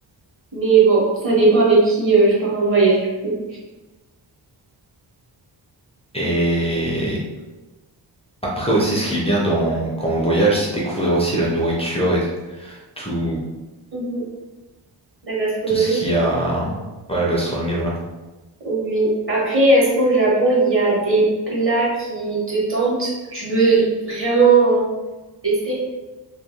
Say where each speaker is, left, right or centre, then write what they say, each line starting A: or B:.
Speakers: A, on the right (about 30°); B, on the left (about 15°).
A: mais bon, ça dépend avec qui euh, je pars en voyage du coup.
B: Et après aussi, ce qui est bien dans, quand on voyage, c'est découvrir aussi la nourriture et tout,
A: Mhm. La gastronomie.
B: tout ce qu'il y a. Ouais, la gastronomie, voilà.
A: Oui. Après, est-ce qu'au Japon, il y a des plats qui te tentent, que tu veux vraiment tester?